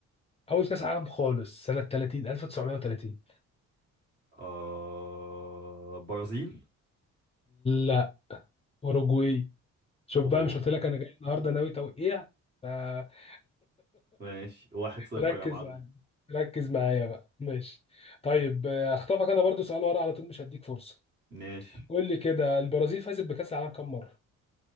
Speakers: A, on the left (about 20°); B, on the right (about 35°).
A: اول كاس عالم خالص سنه 30 1930
B: آه... برازيل
A: لا اوروجواي شوف
B: اوه
A: بقى مش قلت لك انا جاي النهارده ناوي توقيع ف <laughs>
B: ماشي واحد صفر
A: ركز
B: يا معلم
A: معايا ركز معايا بقى ماشي طيب آه، هخطفك انا برضو سؤال ورا على طول مش هديك فرصه
B: ماشي
A: قول لي كده البرازيل فازت بكاس العالم كام مره